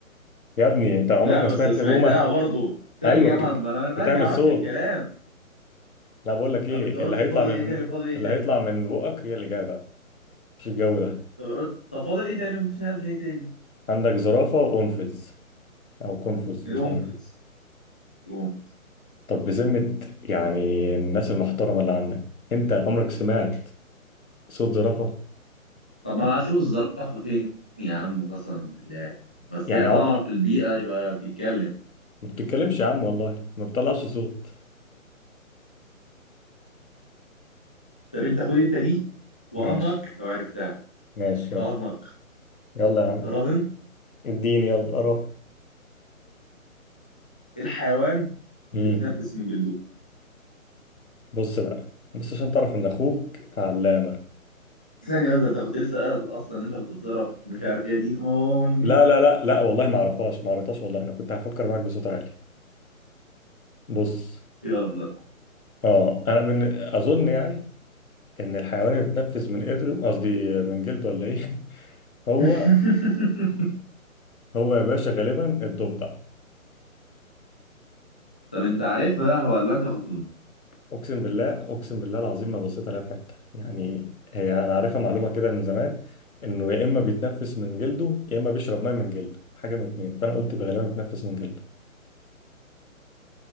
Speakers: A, on the left (about 75°); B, in the centre.
A: يا ابني انت عمرك
B: لا
A: ما
B: بس
A: سمعت
B: سمعت
A: بومة
B: لها برضه ثانية
A: ايوه بتك...
B: ما ما أنا أنا برجع
A: بتعمل
B: أقعد
A: صوت
B: في الكلام
A: لا بقول لك
B: طب
A: ايه
B: أنت قلت
A: اللي هيطلع
B: فاضل
A: من
B: إيه تاني وفاضل إيه
A: اللي
B: تاني؟
A: هيطلع من بقك هي الإجابة مش الجو ده
B: طب قلت طب فاضل إيه تاني وفاضل إيه تاني؟
A: عندك زرافة وقنفذ أو قنفذ
B: القنفذ
A: مش عارف
B: القنفذ
A: طب بذمة يعني الناس المحترمة اللي عندك أنت عمرك سمعت صوت زرافة؟
B: طب ما انا هشوف الزرافه فين يا عم قسما بالله بس
A: يعني
B: هي طالما
A: عمرك
B: في البيئه يبقى بتتكلم
A: ما بتتكلمش يا عم والله ما بتطلعش صوت
B: طب انت خد انت دي وراهنك
A: ماشي
B: لو عرفتها
A: ماشي يلا
B: اراهنك
A: يلا يا عم
B: تراهن
A: اديني يلا قرب
B: إيه الحيوان
A: امم
B: اللي بيتنفس من جلده
A: بص بقى بس عشان تعرف إن أخوك علامة
B: ثانية بس ده انت كنت لسه قايل اصلا ان انت كنت بتقرا في مش عارف يا دين امي
A: لا لا لا لا والله ما أعرفهاش ما قريتهاش والله أنا كنت هفكر معاك بصوت عالي بص
B: يلا
A: اه انا بن... اظن يعني ان الحيوان اللي بيتنفس من قرده قصدي من جلده ولا ايه <laughs> هو
B: <laughs>
A: هو يا باشا غالبا الضفدع
B: طب انت عارفها ولا انت كنت
A: اقسم بالله اقسم بالله العظيم ما بصيت عليها في حته يعني هي انا عارفها معلومه كده من زمان انه يا اما بيتنفس من جلده يا اما بيشرب ميه من جلده حاجه من اتنين فانا قلت غالبا بيتنفس من جلده